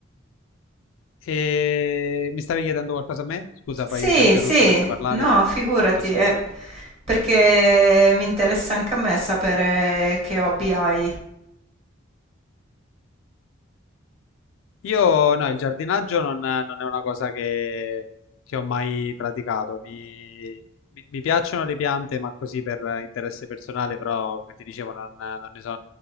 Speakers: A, on the left; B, on the right.
A: E mi stavi chiedendo qualcosa a me? Scusa,
B: Sì,
A: poi ti ho interrotto
B: sì,
A: mentre parlavi
B: no,
A: e non,
B: figurati,
A: non ti ho sentito.
B: eh, perché mi interessa anche a me sapere che hobby hai,
A: Io, no, il giardinaggio non, non è una cosa che, che ho mai praticato. Mi, mi- mi piacciono le piante, ma così per interesse personale, però come ti dicevo non, non ne so,